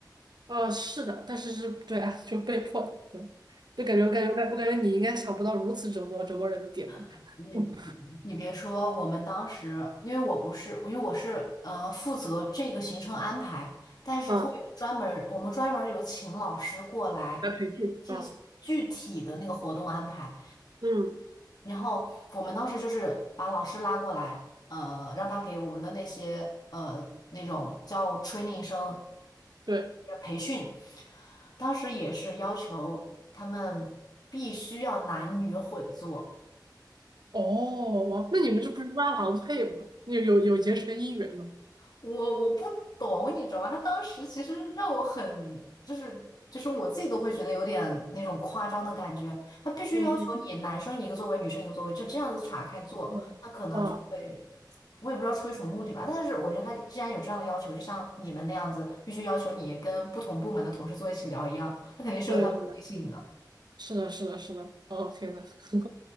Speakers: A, on the right; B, on the left.
A: 哦，是的，但是是，对啊，就被迫的，对，就感觉，感觉，感我感觉你应该想不到如此折磨折磨人的点吧？
B: <laughs>
A: <laughs>
B: 你你你别说，我们当时因为我不是，因为我是呃负责这个行程安排，但是会有专门儿，
A: 嗯，
B: 我们专门儿有请老师过来去进行具体的那个活动安排。
A: 来培训啊，嗯，
B: 然后我们当时就是把老师拉过来，呃，让他给我们的那些呃那种叫 training 生
A: 对，
B: 培训，当时也是要求他们必须要男女混坐。
A: 哦，哇，那你们这不是拉郎配吗？你有有有结成姻缘吗？
B: 我我不懂，你知道吗？他当时其实让我很，就是就是我自己都会觉得有点那种夸张的感觉。他必须要求你男生一个座位，
A: 嗯
B: 女生一个座位，就这样子岔开坐，
A: 嗯，
B: 他可能就会，
A: 嗯啊，
B: 我也不知道出于什么目的吧。但是我觉得他既然有这样的要求，就像你们那样子，必须要求你跟不同部门的同事坐一起聊一样，他肯定是有他的目的性的。
A: 对对对，嗯是的，是的，是的，哦，天呐，<laughs>